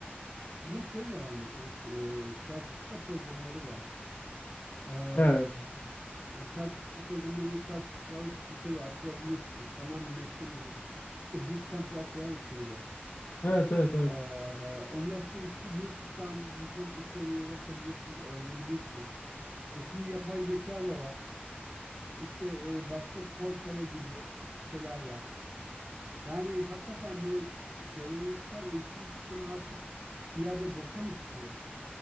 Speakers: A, on the right; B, on the left.
A: Ama şey de var mesela e, sertifika programları var. E,
B: Evet,
A: o sertifika programlarına sertifika alıp işe de atılabilirsin. Tamamen mesleğe yönelik. İşte bootcamp'ler falan açılıyor.
B: evet, evet, evet.
A: E, ondan sonra işte YouTube'dan birçok içeriğe ulaşabilirsin, öğrenebilirsin. E şimdi yapay zeka da var. İşte e, başka Coursera gibi siteler var. Yani hakikaten böyle geleneksel eğitim sistemi artık bir yerde boşa mı çıkıyor?